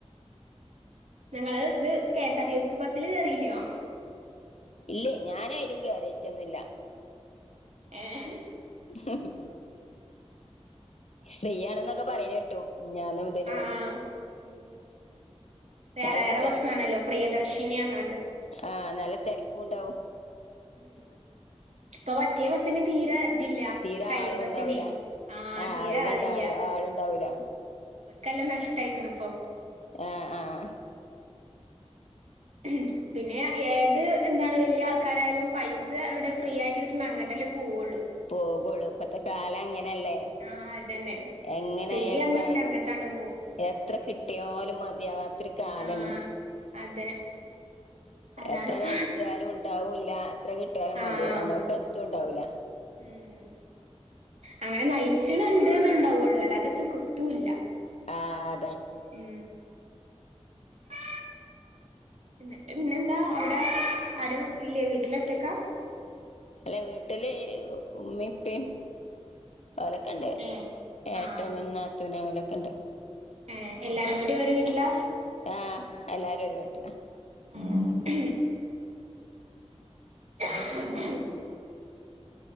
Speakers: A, on the right; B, on the left.
A: നിങ്ങള് ഇത് കെഎസ് ആർ ടി സി ബസ്സില് കേറീന്നോ
B: ഇല്ലേ ഞാനായിനും കേറിയറ്റൊന്നുല്ല
A: ഏഹ്
B: ഹ്മ്മ് ഫ്രീയാണെന്നൊക്കെ പറയുന്ന കേട്ടു മിഞാന്നു മുതലോ
A: ആഹ് ഉം വേറെ
B: നല്ല
A: വേറെ
B: തിരക്ക്
A: ബസ്സാണല്ലോ പ്രിയദർശിനി പറഞ്ഞാണ്ട്
B: ആഹ നല്ല തിരക്കുണ്ടാവും
A: ഒ അപ്പൊ മറ്റേ ബസിന് തീരെ ഇതില്ല
B: തീരെ
A: പ്രൈവറ്റ്
B: ആളും
A: ബസിനെ
B: ഉണ്ടാവൂല
A: ആ തീരെ
B: അയിലുണ്ടാവ
A: ആളില്ല
B: ആളുണ്ടാവൂല
A: ല്ലാം നഷ്ടയിക്ക്ണ ഇപ്പൊ
B: ആഹ ആഹ്
A: മ്മഗ്ര പിന്നെ ഏത് എന്താണ് വലിയ ആൾക്കാരായാലും പൈസ എവിടെ ഫ്രീ ആയിട്ട് കിട്ടുന്ന അങ്ങട്ടെ പോവുള്ളു
B: പോകൊള്ളൂ ഇപ്പത്തെ കാലം അങ്ങനല്ലേ
A: ആഹ് അതന്നെ
B: എങ്ങനെ
A: ഫ്രീ
B: ആയാലുംപ്പ
A: പറഞ്ഞ പിന്നെ അങ്ങട്ടാണ്ട് പോവും
B: എത്ര കിട്ടിയാലും മതി മതിയാകാത്തര് കാലാണ്
A: ആഹ് അതെ അതാണ്പ്പ
B: എത്ര നയിച്ചാലും ഉണ്ടാവൂല്ല ത്ര കിട്ടിയാലുംമ്മക്ക്
A: ആഹ്
B: എത്തുണ്ടാവില്ല
A: ഉം ഉം അങ്ങനെ നയിച്ചണണ്ട് ഉണ്ടാവുള്ളൂ അല്ലാത്തത്തും കിട്ടൂല്ല
B: ആ
A: ഉം ഭാ എന്നിട്ട് പിന്നെന്താ താത്ത അവിടെ ആരും ഇല്ലേ വീട്ടില ഒറ്റക്കാ
B: അല്ല വീട്ടില് ഉമ്മപ്പം ഓലക്കണ്ട്
A: ഏഹ്
B: ഏട്ടനും
A: ആഹ്
B: നാത്തൂനും ഓല ക്കണ്ട്
A: ഏഹ് എല്ലാരും കൂടി ഒരു വീട്ടില
B: ആഹ എല്ലാരും ഒരു വീട്ടില
A: ഉം കും ഹ്രം ഹ്രം